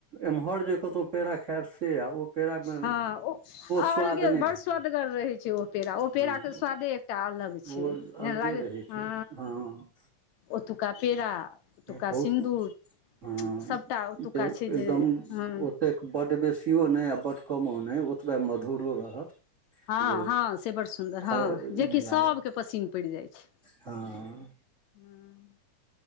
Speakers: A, on the right; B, on the left.
A: एम्हर जे कतहु पेड़ा खेब से आ ओ पेड़ामे
B: हँ ओ अलगे
A: स्वाद नहि
B: बड़
A: भेटत
B: स्वदगर रहै छै ओ पेड़ा ओ
A: हँ
B: पेड़ाके स्वाद दे एकटा अलग छै
A: ओ
B: जेना
A: अलगे
B: लागै
A: रहै छै
B: हँ
A: हँ
B: ओतुका पेड़ा ओतुका
A: बहुत
B: सिन्दूर
A: हँ
B: सभटा ओतुका
A: जे एकदम
B: छै हँ
A: ओतेक बड्ड बेसी अथिओ नहि आ बड्ड कमो नहि ओतबे मधुरो रहत
B: हँ
A: जे
B: हँ से बड़ सुन्दर हँ
A: खाय
B: जेकि
A: नहि
B: सभके
A: लागत
B: पसिन पड़ि जाइ छै
A: हँ
B: हूँ